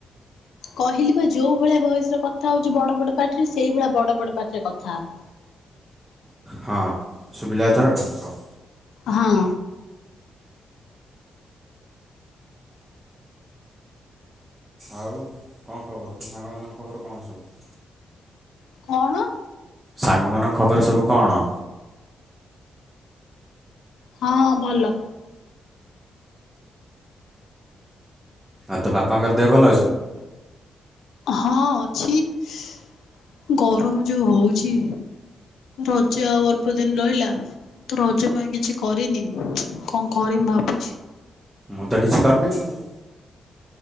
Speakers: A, on the left; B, in the centre.
A: କହିଲି ପା ଯୋଉ ଭଳିଆ ଭଏସରେ କଥା ହଉଚି ବଡ ବଡ ପାଟିରେ ସେଇଭଳିଆ ବଡ ବଡ ପାଟିରେ କଥା ହବୁ।
B: ହଁ ଶୁଭିଲା ଏଥର ନା କ।
A: ହଁ।
B: ଆଉ କଁ ଖବର ତୋ ସାଙ୍ଗମାନଙ୍କ ଖବର କଣ ସବୁ।
A: କଣ?
B: ସାଙ୍ଗମାନଙ୍କ ଖବର ସବୁ କଣ?
A: ହଁ ଭଲ।
B: ଆଉ ତୋ ବାପାଙ୍କର ଦେହ ଭଲ ଅଛି ନା।
A: ହଁ ଅଛି ସି ଗରମ ଯୋଉ ହଉଛି। ରଜ ଆଉ ଅଳ୍ପ ଦିନ ରହିଲା। ତୁ ରଜ ପାଇଁ କିଛି କରିନି କଁ କରିମି ଭାବୁଛି।
B: ମୁଁ ତ କିଛି କରିନି ଆଉ।